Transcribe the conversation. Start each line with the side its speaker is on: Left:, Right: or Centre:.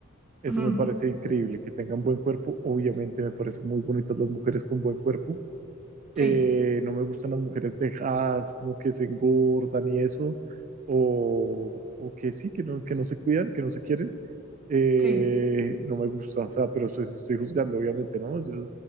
Right: Eso
Centre: Ujú,
Right: me parece increíble, que tengan buen cuerpo. Obviamente me parecen muy bonitas las mujeres con buen cuerpo
Centre: Sí,
Right: eh, no me gustan las mujeres dejadas, como que se engordan y eso, o, o que sí, que no, que no se cuidan, que no se quieren, eh,
Centre: sí.
Right: no me gusta, o sea, pero pues estoy juzgando, obviamente, ¿no? Yo,